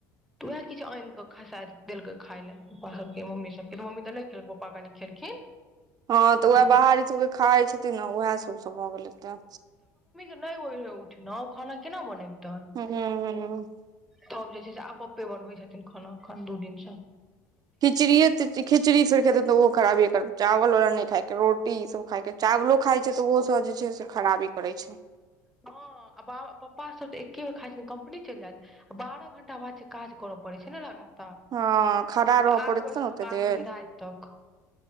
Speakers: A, in the centre; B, on the right (about 40°).
A: तऽ उएह किछु आनि कऽ ख शायद देलकै खाय लए पप्पा सबके मम्मी सबके तऽ मम्मी तऽ नहि खेलको पप्पा कनि खेलखिन।
B: हँ तऽ उएह
A: फेर
B: बाहर ई सभके खाइ छथिन ने उएह सभसँ भऽ गेलै हेते।
A: नई होइ है उठनाई। <unintelligible> खाना केना बनेब।
B: हँ। <unintelligible>
A: तब जे छै से आब पप्पे बनबै छथिन खाना अखन दू दिनसँ।
B: खिचड़ए -खिचड़ी फेर क द त ओहो खराबी कर। चावल उल नहि खायके रोटी ई सब खायके चावलो खााय छै तऽ ओहो सब जे छै से खराबी करै छै। <unintelligible>
A: हँ बा -पप्पा सब तऽ एके बेर खाइ छै कम्पनी चलि जायत बारह घंटा बाद छै काज करय पड़े छै ने लगातार।
B: हँ खड़ा रहयऽ
A: आठ
B: पड़ैत
A: बजे
B: त
A: से
B: ने ओतेक
A: लऽ कऽ
B: देर।
A: आठ बजे
B: <unintelligible>
A: राति तक